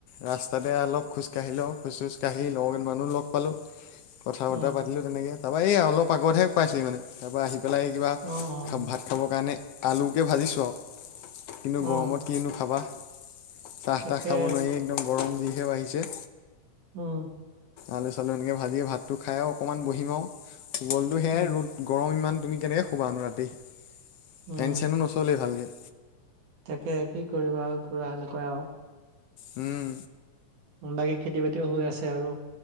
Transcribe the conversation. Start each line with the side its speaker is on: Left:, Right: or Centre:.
Left: ৰাস্তাতে অলপ খোজ কাঢ়ি লওঁ খোজ-চোজ কাঢ়ি <unintelligible> মানুহ লগ পালো। কথা
Right: উম
Left: বতৰা পাতিলো তেনেকে তাৰপা এই অলপ আগতহে পাইছোহি মানে তাৰপৰা আহি। পেলাই কিবা
Right: অ',
Left: ভাত
Right: অ',
Left: খাবৰ কাৰণে আলুকে ভাজিছো আৰু। কিন্তু
Right: অ',
Left: গৰমত কিনো খাবা। চাহ
Right: তাকে
Left: তাহ খাব নোৱাৰি একদম গৰম যিহে বাঢ়িছে।
Right: উম।
Left: আলু-চালু এনেকে ভাজি ভাতটো খাইও অকণমান বহিম আৰু শুবলৈটো সেয়াই
Right: উম,
Left: ৰ'দ গৰম ইমান। তুমি কেনেকৈ শুবানো ৰাতি ফেন-চেনো
Right: উম,
Left: নচলেই ভালকে।
Right: তাকে কি কৰিবা আৰু পুৰা এনেকুৱাই আৰু।
Left: উম।
Right: <unintelligible> খেতি-বাতিও হৈ আছে আৰু।